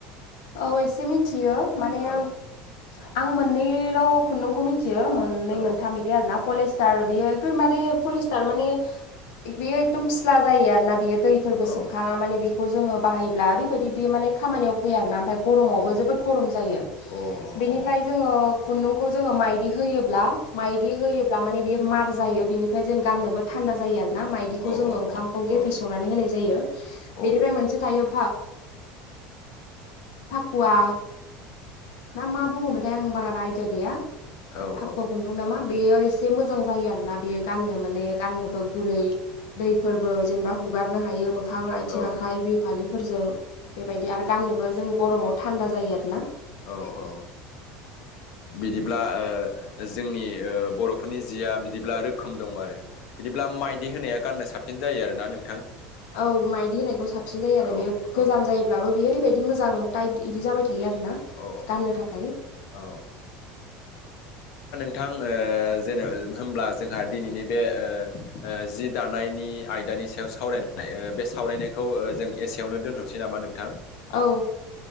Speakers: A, on the left; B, on the left.
A: औ एसे मिथियो माने
B: औ
A: आं मोननैल' खुन्दुंखौ मिथियो मोननै
B: औ
A: मोनथाम बिदि आरो ना फलेज स्थार माने बियो फिस्ला जायो आरोना बेयो दैफोरबो
B: औ
A: सोबखाङा माने बेखौ जोङो बाहायोब्ला ओरैबायदि बे माने खामानियाव फैया आरोना ओमफ्राय गरमावबो
B: औ अ
A: जोबोद गरम जायो
B: अ
A: बेनिफ्राय
B: अ औ
A: जोङो खुन्दुंखौ जोङो मायदि होयोब्ला माइदि होयोब्ला माने बेयाव मार जायो बेनिफ्राय जों गाननोबो थान्दा जायो आरो ना माइदिखौ
B: अ
A: जोङो
B: अ
A: ओंखामखौ
B: अ
A: गेफे
B: अ
A: संनानै होनाय जायो
B: अ औ
A: बेनिफ्राय मोनसे थायो खुवा ना मा बुङोमोनथाय आं बारा आयदिया गैया
B: औ
A: फाखु खुन्दुं नामा बेयो एसे मोजां जायो आरो ना बेयो गाननो माने गाननोबो गुरै दैफोरबो जेनेबा हुगारनो हायो मोखां आथिं
B: औ
A: आखाइ बिहु फालिफोरजों बेबायदि आरो गाननोबो जों गरमाव थान्दा जायो आरो ना
B: औ औ बिदिब्ला ओ जोंनि ओ बर'फोरनि जिया बिदिब्ला रोखोम दं आरो बिदिब्ला माइदि होनाया गाननो साबसिन जायो आरो ना नों
A: औ माइदि होनायखौ साबसिन जायो आरो
B: औ
A: बे
B: औ
A: गोजाम जायोब्लाबो बे ओैबायदि मोजां टाइट इदि जाबाय था यो आरोना
B: औ
A: गाननो थाखाय
B: औ बिथां ओ जेनेब होनोमब्ला जोंहा दिनैनि बे ओ ओ जि दानायनि आयदा नि सायाव सावरायनाय बे सावरायनायखौ जों एसेयावनो दोनथ'सै नामा नोंथां
A: औ